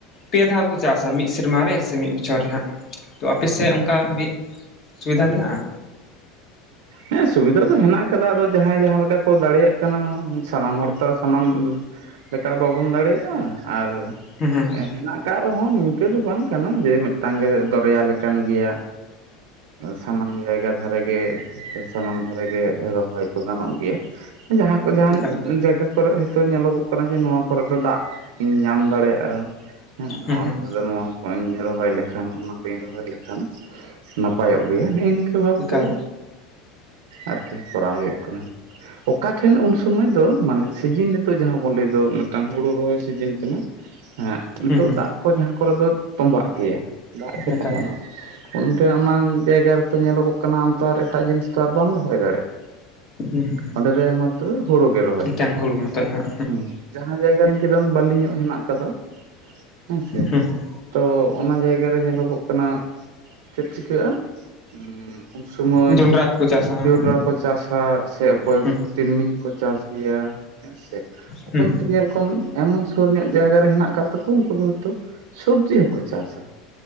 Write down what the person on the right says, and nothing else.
ᱦᱮᱸ ᱥᱩᱵᱤᱫᱷᱟ ᱫᱚ ᱦᱮᱱᱟᱜ ᱟᱠᱟᱫᱟ ᱟᱫᱚ ᱡᱟᱦᱟᱸᱭ ᱡᱟᱦᱟᱸ ᱞᱮᱠᱟ ᱠᱚ ᱫᱟᱲᱮᱭᱟᱜ ᱠᱟᱱᱟ ᱥᱟᱱᱟᱢ ᱦᱚᱲ ᱛᱚ ᱥᱟᱱᱟᱢ ᱞᱮᱠᱟ ᱵᱟᱵᱚᱱ ᱫᱟᱲᱮᱭᱟᱜ-ᱟ ᱟᱨ
ᱦᱮᱱᱟᱜ ᱠᱟᱜ ᱨᱮᱦᱚᱸ ᱱᱤᱝᱠᱟᱹ ᱫᱚ ᱵᱟᱝ ᱠᱟᱱᱟ ᱡᱮ ᱢᱮᱫᱴᱟᱝ ᱜᱮ ᱫᱚᱨᱭᱟ ᱞᱮᱠᱟᱱ ᱜᱮᱭᱟ, ᱥᱟᱱᱟᱢ ᱡᱟᱭᱜᱟ ᱫᱷᱟᱨᱮ ᱜᱮ ᱥᱟᱱᱟᱢ ᱫᱷᱟᱨᱮ ᱜᱮ ᱨᱚᱦᱚᱭ ᱠᱚ ᱜᱟᱱᱚᱜ ᱜᱮᱭᱟ ᱡᱟᱦᱟᱸ ᱠᱚ ᱡᱟᱦᱟᱱ
ᱡᱟᱭᱜᱟ ᱠᱚᱨᱮ ᱦᱳᱭᱛᱚ ᱧᱮᱞᱚ ᱜᱚᱜ ᱠᱟᱱᱟ ᱡᱮ ᱱᱚᱣᱟ ᱠᱚᱨᱮ ᱫᱚ ᱫᱟᱜ ᱧᱟᱢ ᱫᱟᱲᱮᱭᱟᱜ-ᱟ ᱦᱮᱸ ᱱᱚᱣᱟ
ᱫᱷᱟᱨᱮ ᱫᱚ ᱱᱚᱣᱟ ᱠᱧ ᱨᱚᱦᱚᱭ ᱞᱮᱠᱷᱟᱱ ᱚᱱᱟ ᱠᱚᱧ ᱨᱚᱦᱚᱭ ᱞᱮᱠᱷᱟᱱ ᱱᱟᱯᱟᱭᱚᱜ ᱜᱮᱭᱟ ᱱᱤ ᱤ ᱵᱷᱟᱵᱛᱮ
ᱟᱨᱠᱤ ᱠᱚᱨᱟᱣ ᱦᱩᱭᱩᱜ ᱠᱟᱱᱟ ᱚᱠᱟ ᱴᱷᱮᱱ ᱩᱱ ᱥᱩᱢᱚᱭ ᱫᱚ ᱢᱟᱱᱮ ᱥᱤᱡᱤᱱ ᱱᱤᱛᱚᱜ ᱡᱟᱦᱟᱸ ᱵᱚᱱ ᱞᱟᱹᱭ ᱫᱚ ᱢᱤᱫᱴᱟᱝ ᱦᱩᱲᱩ ᱨᱚᱦᱚᱭ ᱥᱤᱡᱤᱱ ᱠᱟᱱᱟ ᱦᱮᱸ ᱱᱤᱛᱚᱜ
ᱫᱟᱜ ᱠᱚ ᱡᱟᱦᱟᱸ ᱠᱚᱨᱮ ᱫᱚ ᱛᱚᱸᱵᱟᱜ ᱜᱮᱭᱟ ᱫᱟᱜ ᱜᱮ
ᱛᱟᱦᱮᱱᱟ ᱚᱱᱛᱮ ᱚᱱᱟ ᱡᱟᱭᱜᱟ ᱨᱮᱛᱚ ᱧᱮᱞᱚᱜᱚᱜ ᱠᱟᱱᱟ ᱟᱢ ᱛᱚ ᱟᱨ ᱮᱴᱟᱜ ᱡᱤᱱᱤᱥ ᱛᱚ ᱟᱨ ᱵᱟᱢ ᱨᱚᱦᱚᱭ ᱫᱟᱲᱮᱭᱟᱜ
ᱚᱸᱰᱮ ᱫᱚ ᱮᱠᱢᱟᱛᱨᱚ ᱦᱩᱲᱩ ᱜᱮ ᱨᱚᱦᱚᱭ
ᱦᱩᱭᱩᱜᱼᱟ
ᱦᱩᱸ ᱡᱟᱦᱟᱸ ᱡᱟᱭᱜᱟ ᱠᱮᱫᱟᱢ ᱵᱟᱹᱞᱤᱧᱚᱜ ᱦᱮᱱᱟᱜ ᱟᱠᱟᱫᱟ ᱦᱮᱸᱥᱮ
᱾ ᱛᱚ ᱚᱱᱟ ᱡᱟᱭᱜᱟ ᱨᱮ ᱧᱮᱞᱚᱜᱚᱜ ᱠᱟᱱᱟ ᱪᱮᱫ ᱪᱤᱠᱟᱹᱜᱼᱟ ᱾ ᱩᱱ ᱥᱚᱢᱚᱭ
ᱡᱚᱸᱰᱨᱟ ᱠᱚ ᱠᱚ ᱪᱟᱥᱟ ᱥᱮ ᱚᱠᱚᱭ
ᱛᱤᱞᱢᱤᱧ ᱠᱚ ᱪᱟᱥ ᱜᱮᱭᱟ ᱦᱮᱸ ᱥᱮ ᱚᱠᱚᱭ
ᱦᱳᱛᱚ ᱧᱮᱞ ᱠᱚᱢ ᱮᱢᱚᱱ ᱥᱩᱨ ᱧᱚᱜ ᱡᱟᱭᱜᱟ ᱨᱮ ᱦᱮᱱᱟᱠᱟᱜ ᱟᱠᱟᱫ ᱛᱟᱠᱚ ᱩᱱᱠᱩ ᱫᱚ ᱥᱚᱵᱽᱡᱤ ᱦᱚᱸᱠᱚ ᱪᱟᱥᱟ ᱾